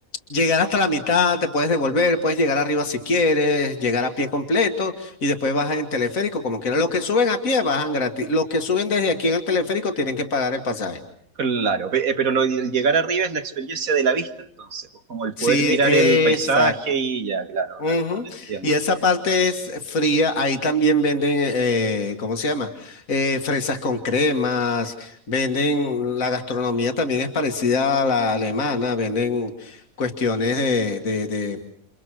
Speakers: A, on the left; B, on the right.
A: llegar hasta la mitad, te puedes devolver, puedes llegar arriba si quieres, llegar a pie completo y después bajas en teleférico como quieras. Los que suben a pie bajan gratis. Los que suben desde aquí en el teleférico tienen que pagar el pasaje.
B: Claro, Pe- eh, pero lo, el llegar arriba es la experiencia de la vista, entonces, pues como el
A: Sí,
B: poder mirar
A: exacto.
B: el paisaje y ya, claro,
A: Ujú.
B: claro, claro, entiendo.
A: Y esa parte es fría, ahí también venden, eh, ¿cómo se llama? Eh, fresas con cremas, venden, la gastronomía también es parecida a la alemana, venden cuestiones de, de, de